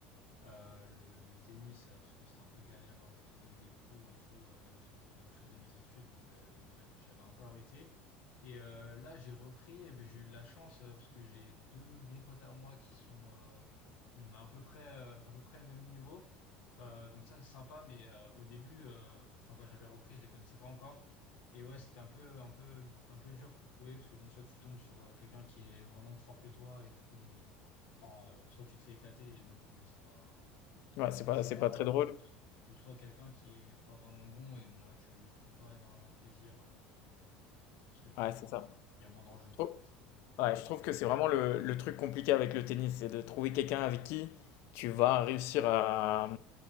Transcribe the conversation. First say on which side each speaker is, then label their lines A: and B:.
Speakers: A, on the left; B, on the left.
A: Euh, le, le tennis, euh, parce que c'était un peu galère euh, pour trouver des cours et tout, euh, là où j'étais, là où je faisais mes études, donc euh, j'a- j'avais un peu arrêté. Et euh, là, j'ai repris, et ben, j'ai eu de la chance, euh, parce que j'ai deux bons potes à moi qui sont, euh, on a à peu près, euh, à peu près le même niveau. Euh, donc ça, c'est sympa, mais euh, au début, euh, enfin, quand j'avais repris, je les connaissais pas encore. Et ouais, c'était un peu, un peu, un peu dur pour trouver, parce que bon, soit tu tombes sur euh, quelqu'un qui est vraiment plus fort que toi, et du coup, bon, euh, enfin, euh, soit tu te fais éclater, et même pour lui, c'est pas,
B: Ouais, c'est
A: pas
B: pas,
A: excellent
B: c'est pas très drôle.
A: ou, ou soit quelqu'un qui est pas vraiment bon et bon là tu prends pas énormément de plaisir euh, parce que enfin
B: Ouais,
A: il
B: c'est
A: y a pas
B: ça.
A: il y a moins d'enjeux
B: Je
A: quoi
B: trou-
A: donc c'est un peu
B: ouais,
A: un
B: je
A: peu
B: trouve
A: chiant.
B: que c'est vraiment le, le truc compliqué avec le tennis, c'est de trouver quelqu'un avec qui tu vas réussir à,